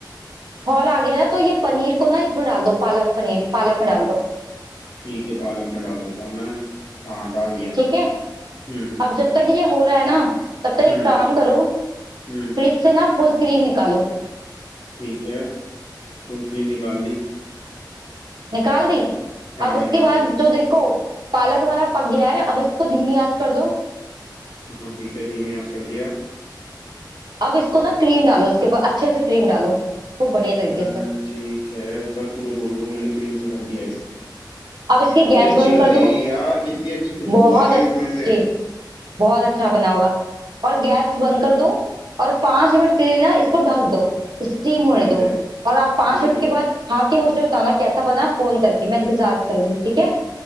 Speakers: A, on the right (about 65°); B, on the left (about 85°).
A: खौल आ गया ना तो ये पनीर को ना इसमें डाल दो पालक पनीर पालक में डाल दो
B: ठीक है पालक में डाल देता हूँ मैं हाँ डाल दिया
A: ठीक है
B: हम्म
A: अब जब तक ये हो रहा है ना तब तक एक
B: हम्म
A: काम करो
B: हम्म
A: फ्रिज से ना फुल क्रीम निकालो
B: ठीक है फुल क्रीम निकाल ली
A: निकाल दी
B: हाँ
A: अब
B: निकाल
A: उसके बाद
B: ली
A: जो देखो पालक हमारा पक गया है अब इसको धीमी आंच कर दो
B: हाँ ठीक है धीमी आंच कर दिया
A: अब इसको ना क्रीम डालो उसके ऊपर अच्छे से क्रीम डालो खूब बढ़िया तरीके
B: हम्म
A: से
B: ठीक है ऊपर पूरे गोल गोल मैंने क्रीम से भर दिया इसे
A: अब इसकी
B: काफी
A: गैस
B: अच्छी
A: बंद
B: लग
A: कर
B: रही
A: दो
B: है यार कितनी अच्छी खुशबू
A: बहुत
B: आ रही
A: अच्छी
B: है इसमें से
A: बहुत अच्छा बना होगा और गैस बंद कर दो और पांच मिनट के लिए ना इसको ढक दो स्टीम
B: ठीक
A: होने दो
B: है
A: और आप
B: ठीक
A: पांच मिनट
B: है
A: के बाद खा के मुझे बताना कैसा बना फोन करके मैं इंतजार करूंगी ठीक है